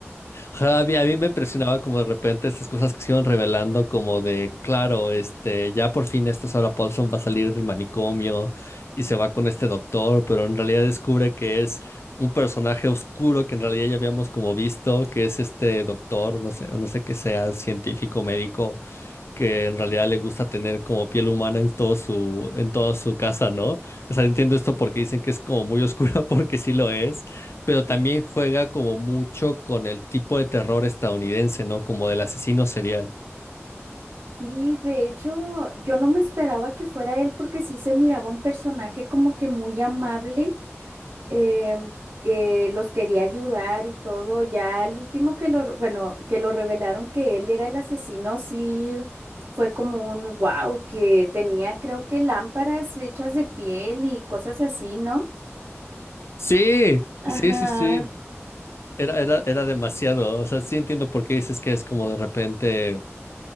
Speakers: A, on the left; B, on the right.
A: Ajá, a mí, a mí me impresionaba como de repente estas cosas que se iban revelando, como de, claro, este, ya por fin esta Sarah Paulson va a salir del manicomio y se va con este doctor, pero en realidad descubre que es un personaje oscuro que en realidad ya habíamos como visto, que es este doctor, no sé, o no sé qué sea, científico, médico, que en realidad le gusta tener como piel humana en todo su, en toda su casa, ¿no? O sea, entiendo esto porque dicen que es como muy oscura, <laughs> porque sí lo es, pero también juega como mucho con el tipo de terror estadounidense, ¿no? Como del asesino serial.
B: Sí, de hecho, yo no me esperaba que fuera él porque sí se miraba un personaje como que muy amable em, que los quería ayudar y todo. Ya el último que lo, bueno, que lo revelaron que él era el asesino, sí fue como un wow, que tenía creo que lámparas hechas de piel y cosas así, ¿no?
A: Sí, sí,
B: Ajá.
A: sí, sí. Era, era, era demasiado. O sea, sí entiendo por qué dices que es como de repente.